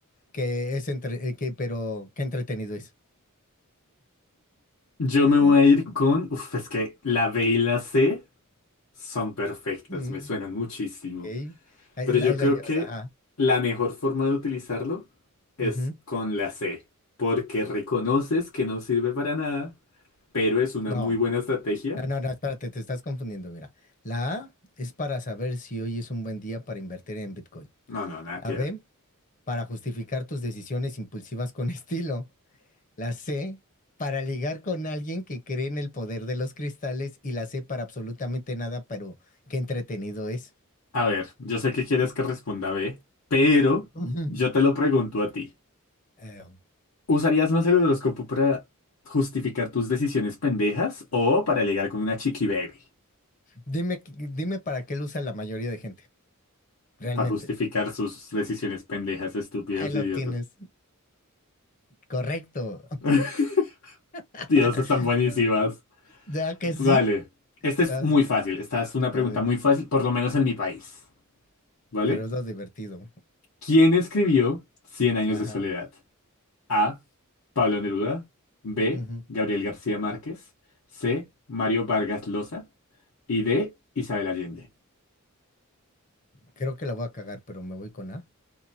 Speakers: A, on the left; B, on the left.
A: que es entre- eh, que, pero qué entretenido es.
B: Yo me voy
A: Mm.
B: a ir con... Uf, es que la B y la C son perfectas,
A: Mm.
B: me suenan muchísimo.
A: Ok. Ahí,
B: Pero yo
A: ahí
B: creo
A: la llevas,
B: que
A: ajá.
B: la mejor forma de utilizarlo es
A: ujú.
B: con la C, porque reconoces que no sirve para nada, pero es una
A: No,
B: muy buena estrategia.
A: no, no, no, espérate, te estás confundiendo, mira. La A es para saber si hoy es un buen día para invertir en Bitcoin.
B: No, no, nada
A: La
B: que
A: B,
B: ver.
A: para justificar tus decisiones impulsivas con <laughs> estilo. La C, para ligar con alguien que cree en el poder de los cristales. Y la C, para absolutamente nada, pero qué entretenido es.
B: A ver, yo sé que quieres que responda B, pero
A: <laughs> Ujú.
B: yo te lo pregunto a ti.
A: Eh,
B: ¿Usarías más el horóscopo para justificar tus decisiones pendejas o para ligar con una chiqui baby?
A: dime, qué- dime para qué lo usa la mayoría de gente, realmente.
B: Para justificar sus decisiones pendejas, estúpidas,
A: Ahí lo
B: idiotas.
A: tienes, correcto.
B: <laughs>
A: <laughs>
B: Dios, están buenísimas.
A: Ya que
B: Vale.
A: sí.
B: Esta es
A: Ah,
B: muy
A: sí.
B: fácil. Esta es una pregunta
A: A ver,
B: muy fácil, por lo menos en mi país. ¿Vale?
A: pero es lo divertido.
B: ¿Quién escribió Cien años
A: Ajá.
B: de soledad? A. Pablo Neruda. B.
A: Ujú.
B: Gabriel García Márquez. C. Mario Vargas Llosa. Y D. Isabel Allende.
A: Creo que la voy a cagar, pero me voy con A.